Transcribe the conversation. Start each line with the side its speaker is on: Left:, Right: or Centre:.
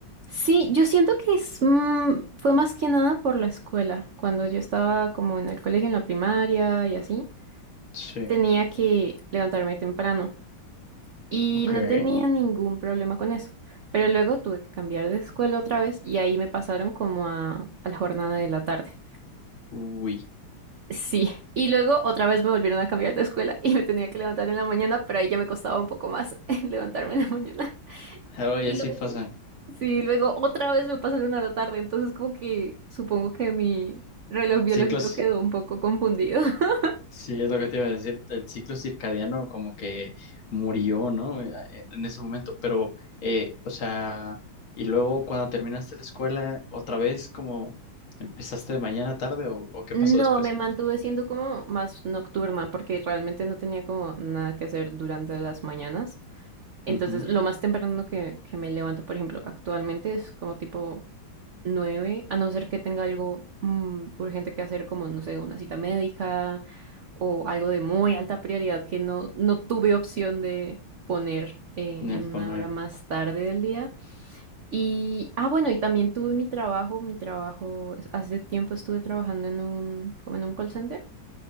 Right: Sí, yo siento que es, mm, fue más que nada por la escuela. Cuando yo estaba como en el colegio, en la primaria y así,
Left: Sí.
Right: tenía que levantarme temprano. Y
Left: Ok.
Right: no tenía ningún problema con eso. Pero luego tuve que cambiar de escuela otra vez y ahí me pasaron como a, a la jornada de la tarde.
Left: Uy.
Right: Sí, y luego otra vez me volvieron a cambiar de escuela <laughs> y me tenía que levantar en la mañana, pero ahí ya me costaba un poco más <laughs> levantarme en la mañana.
Left: Oye,
Right: Y
Left: sí
Right: luego,
Left: pasa.
Right: sí, luego otra vez me pasaron a la tarde, entonces como que supongo que mi reloj biológico
Left: Ciclos.
Right: quedó un poco confundido. <laughs>
Left: Sí, es lo que te iba a decir, el ciclo circadiano como que murió, ¿no? Eh, eh, En ese momento, pero, eh, o sea, y luego cuando terminaste la escuela, otra vez como empezaste de mañana a tarde o, o qué
Right: No,
Left: pasó después?
Right: me mantuve siendo como más nocturna porque realmente no tenía como nada que hacer durante las mañanas. Entonces,
Left: Ujú,
Right: lo más temprano que, que me levanto, por ejemplo, actualmente es como tipo 9, a no ser que tenga algo mm, urgente que hacer, como, no sé, una cita médica o algo de muy alta prioridad que no, no tuve opción de poner eh, en
Left: En
Right: una
Left: poner,
Right: hora más tarde del día. Y, ah, bueno, y también tuve mi trabajo, mi trabajo, hace tiempo estuve trabajando en un, como en un call center